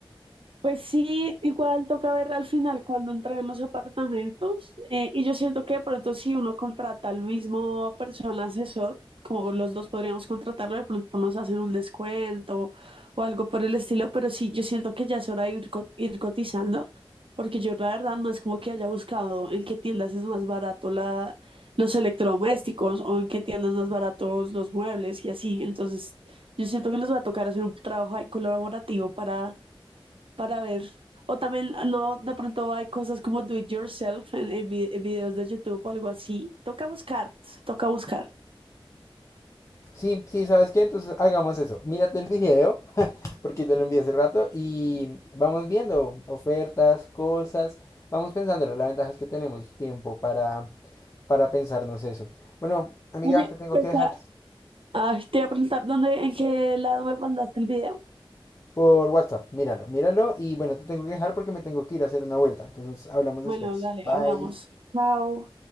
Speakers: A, on the right; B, on the left.
A: Pues sí, igual toca ver al final cuando entregan los apartamentos. eh, y yo siento que de pronto si uno contrata al mismo persona asesor, como los dos podríamos contratarlo, de pronto nos hacen un descuento o algo por el estilo. Pero sí, yo siento que ya es hora de ir, co- ir cotizando, porque yo la verdad no es como que haya buscado en qué tiendas es más barato la, los electrodomésticos o en qué tiendas más baratos los muebles y así. Entonces, yo siento que nos va a tocar hacer un trabajo ahí colaborativo para para ver. O también no, de pronto hay cosas como do it yourself en, en vi- en videos de YouTube o algo así. Toca buscar, toca buscar.
B: Sí, sí, ¿sabes qué? Entonces hagamos eso. Mírate el video, <laughs> porque te lo envié hace rato, y vamos viendo ofertas, cosas, vamos pensándolo. La ventaja es que tenemos tiempo para, para pensarnos eso. Bueno, amiga,
A: Oye,
B: te tengo
A: pues,
B: que dejar
A: ah, ay, te voy a preguntar dónde, en qué lado me mandaste el video.
B: por WhatsApp. Míralo, míralo, y bueno, te tengo que dejar porque me tengo que ir a hacer una vuelta. Entonces hablamos
A: Bueno,
B: después.
A: dale,
B: Bye.
A: hablamos. Chao.